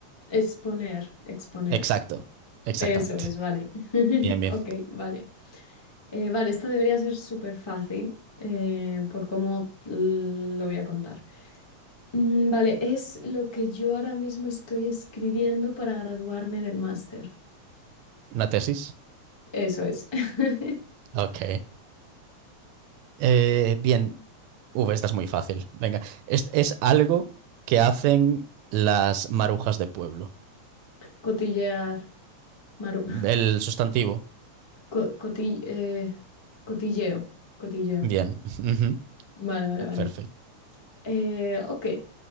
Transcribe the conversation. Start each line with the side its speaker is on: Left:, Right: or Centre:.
Left: Exponer, exponer.
Right: Exacto, exactamente.
Left: Eso es, vale. <laughs>
Right: Bien, bien.
Left: Ok, vale. Eh, vale, esta debería ser súper fácil eh, por cómo l- lo voy a contar. Mm, vale, es lo que yo ahora mismo estoy escribiendo para graduarme del máster.
Right: ¿Una tesis?
Left: Eso es. <laughs>
Right: Ok. Eh, bien, Uf, esta es muy fácil. Venga, es, es algo que hacen las marujas de pueblo.
Left: Cotillear, Maru. <laughs>
Right: El sustantivo.
Left: Co- coti- eh, cotilleo, cotilleo.
Right: Bien. <laughs> Ujú.
Left: Vale, vale, vale.
Right: Perfecto.
Left: Eh, ok,